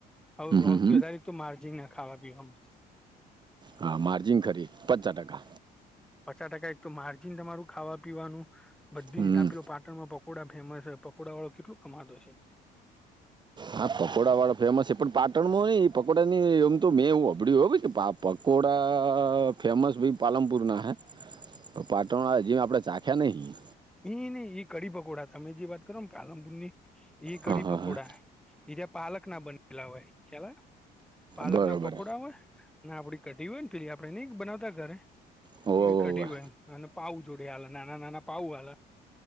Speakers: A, in the centre; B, on the right (about 25°).
A: હ સૌથી
B: હમ હમ
A: વધારે. તો માર્જિન ના ખાવા પીવામાં.
B: હા માર્જિન ખરી પચચાસ ટકા.
A: પચાસ ટકા એક તો માર્જિન તમારું ખાવા પીવાનું બધીલો
B: હમ
A: પાક. પાણમાં પકોડા ફેમસ છે પકોડડાવાળો કેટલલો કમાતો છે.
B: હા પકોડા વાળા ફેમસ છે પણ પાટણમાં હો એ પકોડાનીને એમ તો મેં એવું અબડ્યું હો પા. પકકોડા ફેમસ ભી પાલમપુરના હૈ. પાટણ જેમ આપડે ચાખ્યા નહી.
A: એ નહી એ કડી પકોડા તમે જે વાત કરો પાલમપુર ની એ કડીી
B: હા હા
A: પકોડા.
B: હા
A: એજ પાલક ના બનેલા હોય કેલા પાલક
B: બરોબર
A: ના પકોડા હોય. અને આપડી કઢી હોય ને પેલી આપડે નને બનાવતા ઘરે
B: હોવે
A: એવી
B: હોવે
A: કઢ હોય એમ અને પાઉ. જોડ નાના નાના પાઉ.